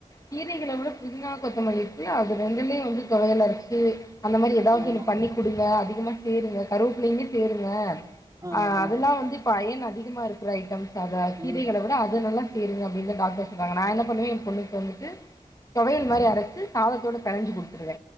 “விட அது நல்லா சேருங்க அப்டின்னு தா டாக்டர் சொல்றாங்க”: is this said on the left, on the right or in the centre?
Left